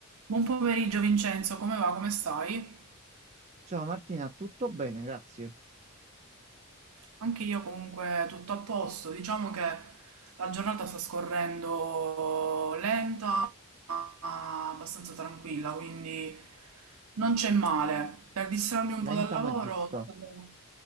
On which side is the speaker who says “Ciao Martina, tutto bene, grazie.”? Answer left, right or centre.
Right